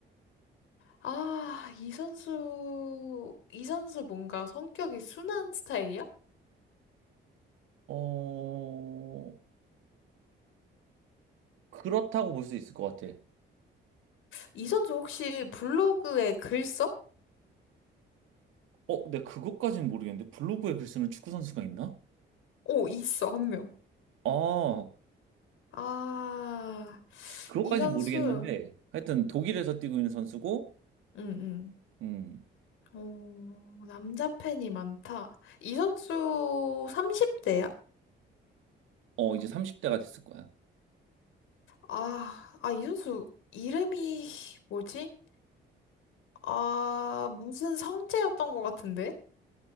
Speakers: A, on the left; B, on the right.
A: 아, 이 선수, 이 선수 뭔가 성격이 순한 스타일이야?
B: 어, 그렇다고 볼 수 있을 것 같아.
A: 이 선수 혹시 블로그에 글 써?
B: 어, 내가 그것까지는 모르겠는데 블로그에 글 쓰는 축구 선수가 있나?
A: 오, 있어, 한 명.
B: 아,
A: 아,
B: 그것까지는
A: 이 선수,
B: 모르겠는데 하여튼 독일에서 뛰고 있는 선수고,
A: 응,
B: 음,
A: 응. 어, 남자 팬이 많다. 이 선수 30대야?
B: 어 이제 30대가 됐을 거야.
A: 아, 아, 이준수 이름이 뭐지? 아, 무슨 성재였던 것 같은데?